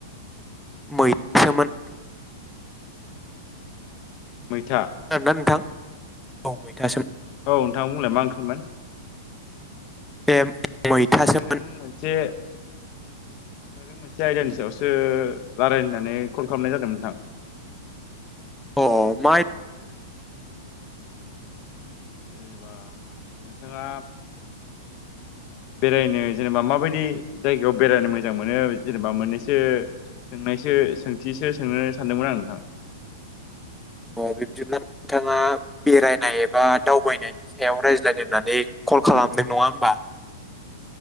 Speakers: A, in the centre; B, on the left.
A: मैथोमोन।
B: मैथा
A: खोनादों ना नोंथां? औ मैथासो
B: औ नोंथां बुंलाय मलाय मा ओंख्रिमोन?
A: ए मैथासोमोन
B: नोंथांजों मोनसे नोंथांजों मोनसे आयदानि सायावसो रायलायनानै कल खालामनाय जादों नोंथां।
A: अ माइ
B: जेनेबा नोंथाङा बेरायनो जेनेबा माबायदि जायगायाव बेरायनो मोजां मोनो जेनेबा मोननैसो सोंनायसो सोंथिसो सोंनो सानदोंमोन आं नोंथां।
A: अ बिब्दिनो नोंथाङा बेरायनाय एबा दावबायनायनि सायाव रायज्लायदों होननानै कल खालामदों, नङा होमबा?